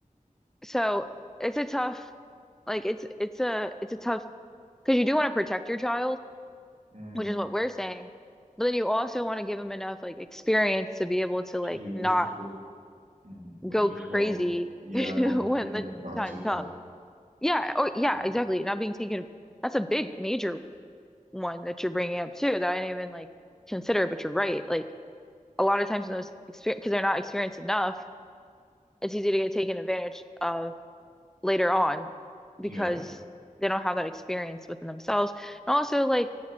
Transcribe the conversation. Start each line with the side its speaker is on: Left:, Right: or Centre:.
Centre: So it's a tough, like it's it's a it's a tough because you do want to protect your child,
Right: mm,
Centre: which is what we're saying, but then you also want to give them enough like experience to be able to like
Right: to be able
Centre: not
Right: to cope mm, and
Centre: go
Right: just
Centre: crazy
Right: not be,
Centre: <laughs>
Right: yeah,
Centre: when
Right: not be taken
Centre: the
Right: advantage
Centre: time comes.
Right: of.
Centre: Yeah, or yeah,
Right: Mm,
Centre: exactly. Not being taken. That's a big major one that you're bringing up too that I didn't even like consider, but you're right. Like a lot of times in those experience because they're not experienced enough, it's easy to get taken advantage of later on
Right: Yeah,
Centre: because they don't have that experience within themselves. And also like